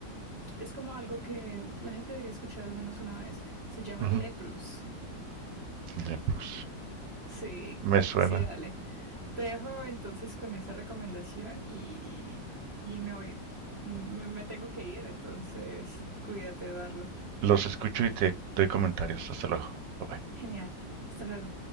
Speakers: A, on the right (about 40°); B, on the right (about 75°).
A: es como algo que la gente debería escuchar al menos una vez. Se llama
B: ujú.
A: Leprous.
B: Leprous,
A: Sí,
B: me suena.
A: sí, dale. Te dejo entonces con esa recomendación y, y me voy, me me tengo que ir, entonces cuídate, Eduardo.
B: Los escucho y te doy comentarios. Hasta luego. Bye bye.
A: Genial. Hasta luego.